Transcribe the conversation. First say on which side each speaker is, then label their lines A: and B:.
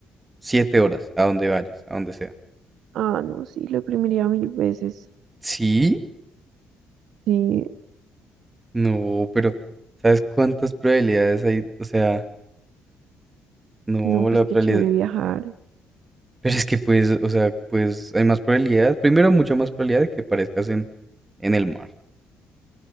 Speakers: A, on the right; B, on the right.
A: siete horas, a donde vayas, a donde sea.
B: Ah, no, sí, lo imprimiría mil veces.
A: Sí.
B: Sí,
A: No, pero ¿sabes cuántas probabilidades hay? O sea, no,
B: no, pues
A: la
B: qué
A: probabilidad,
B: chévere viajar,
A: pero es que pues, o sea, pues hay más probabilidad, primero mucha más probabilidad de que aparezcas en, en el mar.